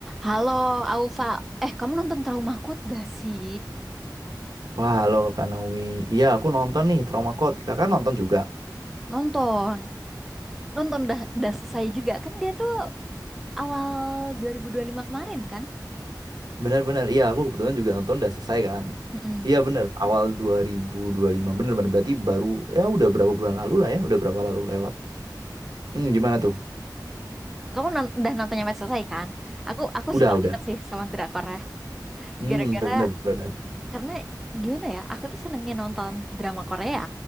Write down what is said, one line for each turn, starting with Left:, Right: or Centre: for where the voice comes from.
Centre: Halo, Aufa. Eh, kamu nonton Trauma Code gak sih?
Right: Wah, halo Kak Naomi. Iya, aku nonton nih Trauma Code. Kakak nonton juga.
Centre: Nonton. Nonton dah, dah selesai juga. Kan dia tuh awal 2025 kemarin kan?
Right: Benar-benar. Iya, aku kebetulan juga nonton udah selesai kan.
Centre: Mm-mm.
Right: Iya, benar. Awal 2025. Benar-benar berarti baru ya udah berapa bulan lalu lah ya, udah berapa lalu lewat. Hmm, gimana tuh?
Centre: Kamu non- udah nonton sampai selesai kan? Aku aku
Right: Udah,
Centre: suka
Right: udah.
Centre: banget sih sama drama Korea.
Right: Hmm,
Centre: Gara-gara
Right: benar-benar.
Centre: karena gimana ya? Aku tuh senengnya nonton drama Korea